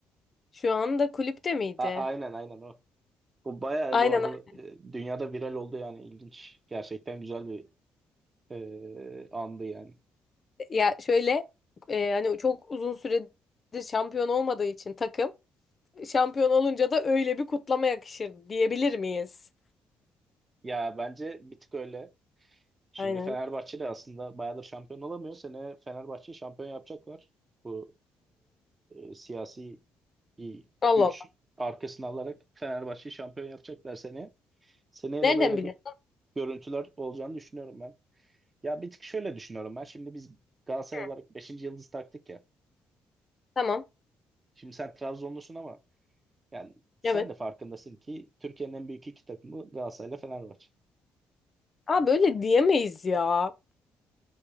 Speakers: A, on the left (about 35°); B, on the right (about 30°).
A: şu anda kulüpte miydi?
B: A aynen aynen o. Bu bayağı
A: Aynen
B: bu arada
A: öyle.
B: e, dünyada viral oldu yani ilginç. Gerçekten güzel bir e, andı yani.
A: ya şöyle e, hani çok uzun süredir şampiyon olmadığı için takım Şampiyon olunca da öyle bir kutlama yakışır diyebilir miyiz?
B: Ya bence bir tık öyle. Şimdi
A: Aynen.
B: Fenerbahçe de aslında bayağıdır şampiyon olamıyor. Sene Fenerbahçe'yi şampiyon yapacaklar. Bu e, siyasi bir
A: Allah
B: güç
A: Allah.
B: arkasına alarak Fenerbahçe'yi şampiyon yapacaklar seneye. Seneye
A: Nereden
B: de böyle gö-
A: biliyorsun?
B: görüntüler olacağını düşünüyorum ben. Ya bir tık şöyle düşünüyorum ben. Şimdi biz Galatasaray
A: Hı.
B: olarak beşinci yıldız taktık ya.
A: Tamam.
B: Şimdi sen Trabzonlusun ama yani sen
A: Evet.
B: de farkındasın ki Türkiye'nin en büyük iki takımı Galatasaray ile Fenerbahçe.
A: Aa böyle diyemeyiz ya.